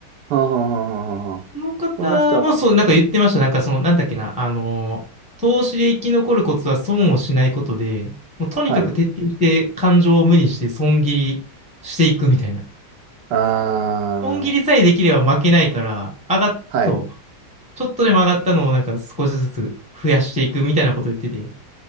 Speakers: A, on the right; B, in the centre.
A: うんうんうんうんうんこの人は、
B: その方もそう、なんか言ってました。なんかその、なんだっけな、あのー、投資で生き残るコツは損をしないことで、もうとにかく徹底して感情を無にして損切りしていくみたいな。
A: はい。あー、
B: 損切りさえできれば負けないから、上がっ、
A: はい。
B: そう、ちょっとでも上がったのをなんか少しずつ増やしていくみたいなこと言ってて、